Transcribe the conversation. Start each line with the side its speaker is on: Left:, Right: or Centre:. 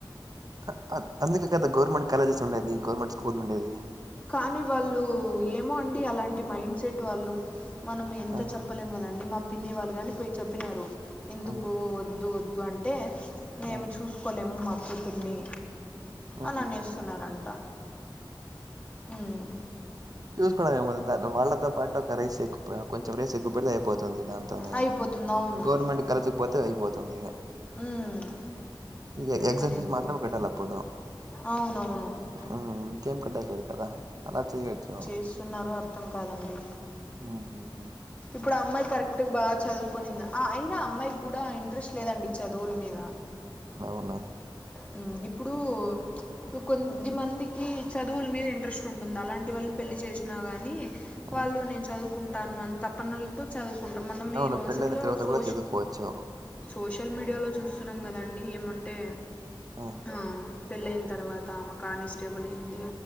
Right: ఆ ఆ అందుకే కదా గవర్నమెంట్ కాలేజెస్ ఉండేది, గవర్నమెంట్ స్కూల్ ఉండేది.
Left: కానీ వాళ్ళు ఏమో అండి అలాంటి మైండ్ సెట్ వాళ్ళు మనం ఎంత
Right: ఆ,
Left: చెప్ చెప్పలేం కదండి మా పిన్ని వాళ్ళు కానీ పోయి చెప్పినారు ఎందుకు
Right: ఆ,
Left: వద్దు వద్దు అంటే మేము
Right: ఆ,
Left: చూసుకోలేము మా కూతుర్ని
Right: ఆహా
Left: అని అనేస్తున్నారంట
Right: హా
Left: ఉమ్
Right: చూసుకోవడం ఏము వాళ్ళతో పాటు ఒక రైస్ ఎక్కువ కొంచం రైస్ ఎక్కువ పెడితే అయిపోతుంది. దాంతోనే
Left: అయిపోతుంది అవును
Right: గవర్నమెంట్ కాలేజీ కి పోతే అయిపోతుంది
Left: ఉమ్
Right: ఇక ఎక్జమ్
Left: మరి
Right: ఫీస్
Left: ఎందుకు
Right: మాత్రమే కట్టాల పోటో
Left: అవునవును
Right: మ్మ్ మ్మ్ ఇన్కేేమ్ కట్ట కాదు కదా అలా చెయోచ్చు.
Left: ఇస్తున్నారో అర్థం కాదండి
Right: ఊహూహు
Left: ఇప్పుడమ్మాయి కరెక్ట్గా బాగా చదువుకునింది అయినా అమ్మాయికి కూడా ఇంట్రెస్ట్ లేదండి చదువుల మీద
Right: అవునా
Left: మ్మ్ ఇప్పుడు నువ్వు కొద్ది మందికి చదువులు మీద ఇంట్రెస్ట్ ఉంటుంది. అలాంటి వాళ్ళకి పెళ్లి చేసినా గాని వాళ్ళు
Right: ఆ.
Left: నేను చదువుకుంటాను అని తపనల్ చదువుకుంటం మనం
Right: అవును
Left: ఈ రోజులో
Right: పెళ్ళైన తర్వాత
Left: సోష
Right: కూడా చదువుకోవచ్చు.
Left: సోషల్ మీడియాలో చూస్తున్నాం కదండి ఏమంటే
Right: ఆ!
Left: హా పెళ్ళయిన తర్వాత ఆమె కానిస్టేబులయింది.